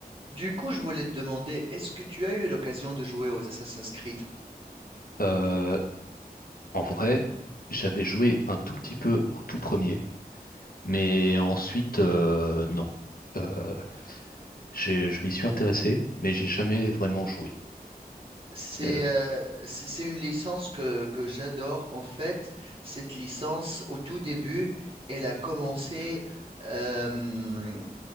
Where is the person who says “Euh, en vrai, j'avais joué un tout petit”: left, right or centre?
Left